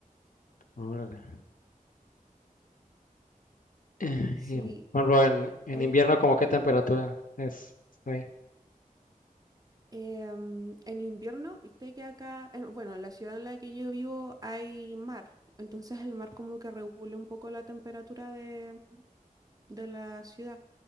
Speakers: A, on the left; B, on the right.
A: órale. Eh,
B: Sí,
A: y, por ejemplo, en, en
B: es,
A: invierno, ¿como qué temperatura es? está ahí?
B: em, en invierno, viste que acá, en- bueno, en la ciudad en la que yo vivo hay mar, entonces el mar como que regula un poco la temperatura de, de la ciudad.